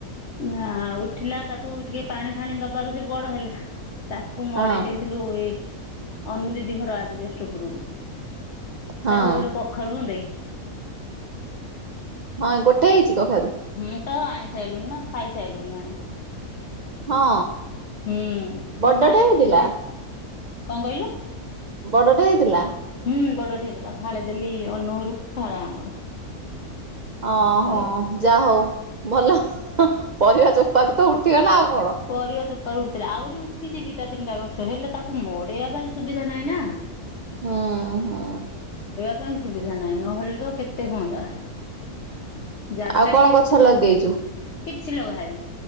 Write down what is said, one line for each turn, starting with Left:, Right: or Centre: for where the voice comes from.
Left: ନା ଉଠିଲା ତାକୁ ଟିକେ ପାଣି ଫାଣି ଦବାରୁ ସେ ବଡ ହେଲା ତାକୁ ମଡେଇ
Right: ହଁ
Left: ଦେଇଥିଲୁ ଅନନୁ ଦିଦି ହ ରାଜ ବ୍ୟଷ୍ଟପୁରକୁ
Right: ହଁ
Left: ତା ଫରେ ଓଟେ କୋଖର ବି ହୁନ୍ଦ
Right: ହଁ ଗୋଟେ ହେଇଛି, ତ ଖାରୁ
Left: ହୁଁ ତ ଆଣି ସାରିଲୁଣି ନା ଖାଇ ସାରିଲୁଣି ଆଣି
Right: ହଁ
Left: ହୁଁ
Right: ବଡଟେ
Left: ନା ଫଳେ
Right: ହେଇଥିଲା
Left: ଯଦଲେ କଣ କହିଲୁ
Right: ବଡ଼ଟେ ହେଇଥିଲା
Left: ହୁଁ ବଡଟେ ହେଇଲା ଫାଳି ଦେଲି ଅନୁହରୁ ଫାଳ ଆମର
Right: ଅ
Left: ଖାଇଲୁ।
Right: ହଁ ଯା ହଉ ଭଲ ପରିବା ଚୋପାରୁ ତ ଉଠିଗଲା ଆଉ କଣ।
Left: ପରିବା ସ ଉଠିଥିଲା ଆହୁରି ଉଠିଛି ଦିଟା ତିନିଟା ଗଛ ହେଲେ ତାକୁ ମଡେଇବା ପାଇଁ ସୁବିଧା ନାହିଁ ନା
Right: ହଁ ହଁ
Left: ତା ପାଇଁ ସୁବିଧା ନାହିଁ ନହେଲେ ତ କେତେ ହୁଅନ୍ଦତା ଜାଗା
Right: ଆଉ କଣ
Left: ଟିକେ
Right: ଗଛ
Left: ଥିଲା କେତେ
Right: ଲଗେଇଛୁ?
Left: ହୁଅନ୍ତା କିଛି ଲଗା ହେଇନି